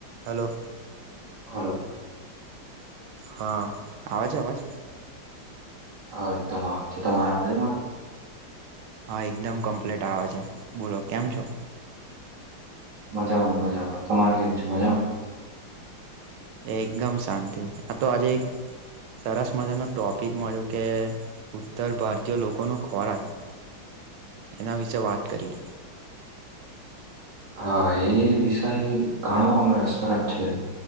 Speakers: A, on the right; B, on the right.
A: Hello
B: hello
A: હા આવાજે અવાજ
B: હ એકદમ આવે છે તમારા અવાજમાંરો
A: હા એકદમ કમ્પ્લીટ આવે છે બોલો કેમ છો
B: મજા આવ મજા તમારે કેવું છે મજા
A: એકદમ શાંતિ આ તો આજે એક સરસ મજાનો ટોપિક મળ્યો કે ઉત્તર ભારતીય લોકો ન ખોરાક એના વિશેે વાત કરીએ
B: હા એ વિષય ઘણો અમરસપ્રદ છે